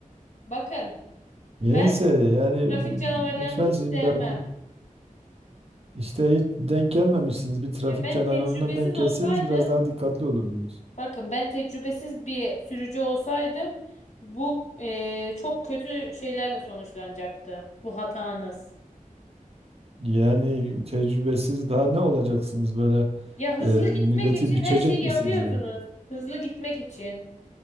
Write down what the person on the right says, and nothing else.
yense
yani
lütfen
siz
bir dahaki işte hiç denk gelmemişsiniz. Bir trafik
canavarına
denk gelseniz
biraz daha dikkatli olurdunuz.
Yani tecrübesiz daha ne olacaksınız böyle
e, milleti
biçecek
misiniz
yani?